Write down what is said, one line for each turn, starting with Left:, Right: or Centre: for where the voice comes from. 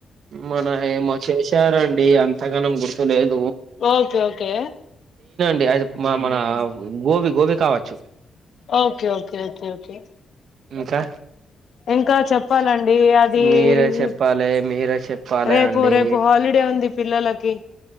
Right: మన ఏమో చేసారండి అంతగానం గుర్తులేద్
Left: ఓకే ఓకే
Right: అ మన గోబి గోబి కావచ్చు
Left: ఓకే ఓకే ఓకే ఓకే
Right: ఇంకా
Left: ఇంకా చెప్పాలండి అది
Right: మీరే చెప్పాలి
Left: అది
Right: మీరే చెప్పాలి
Left: రేపు
Right: అండి
Left: రేపు హాలిడే ఉంది పిల్లో లకి